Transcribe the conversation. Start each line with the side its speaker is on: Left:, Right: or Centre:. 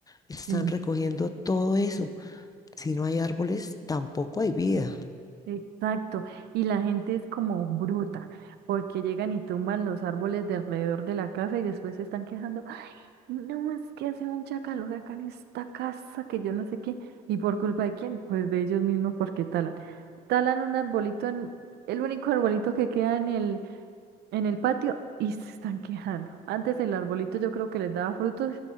Left: Están
Right: Sí,
Left: recogiendo todo eso. Si no hay árboles, tampoco hay vida,
Right: Exacto, y la gente es como bruta, porque llegan y tumban los árboles de alrededor de la casa y después se están quejando, "Ah, no, es que hace mucha calor acá en esta casa, que yo no sé qué, y por culpa de quién, pues de ellos mismos porque talan. Talan un arbolito en, el único arbolito que queda en el, en el patio y se están quejando. Antes el arbolito yo creo que les daba frutos